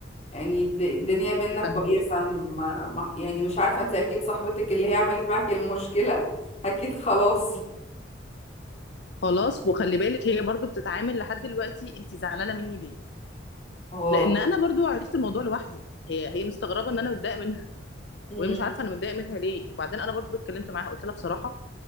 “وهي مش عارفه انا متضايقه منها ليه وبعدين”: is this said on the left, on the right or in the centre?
Left